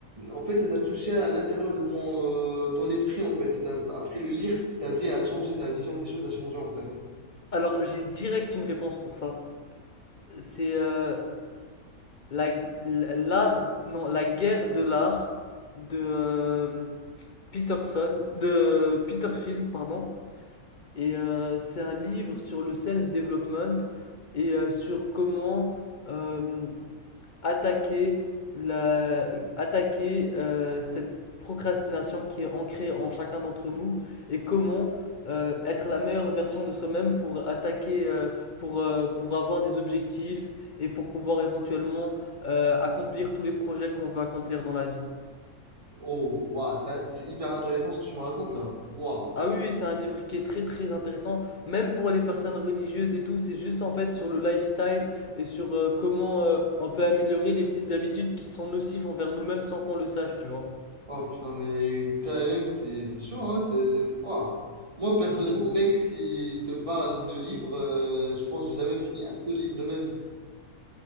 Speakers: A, on the right (about 25°); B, on the left (about 45°).
A: en fait ça t'a touché à l'intérieur de ton euh, ton esprit en fait, C'est t'a- après le lire, ta vie a changé, ta vision des choses a changé en fait.
B: Alors, j'ai direct une réponse pour ça. C'est euh, la, l'art, non, la guerre de l'art de euh, Peterson, de Peterfield, pardon. Et euh, c'est un livre sur le self-development et euh, sur comment euh, attaquer la, attaquer euh, cette procrastination qui est ancrée en chacun d'entre nous et comment euh, être la meilleure version de soi-même pour attaquer, euh, pour, euh, pour avoir des objectifs et pour pouvoir éventuellement euh, accomplir tous les projets qu'on veut accomplir dans la vie.
A: Oh waouh, ça- c'est hyper intéressant ce que tu me racontes là. Waouh.
B: Ah oui, oui, c'est un livre qui est très très intéressant, même pour les personnes religieuses et tout, c'est juste en fait sur le lifestyle et sur euh, comment euh, on peut améliorer les petites habitudes qui sont nocives envers nous-mêmes sans qu'on le sache, tu vois.
A: Oh putain mais quand même c'est c'est chaud hein, c'est waouh. Moi personnellement
B: <laughs>
A: mec, si je te parle de livres, euh, je pense que j'ai jamais fini un seul livre de ma vie.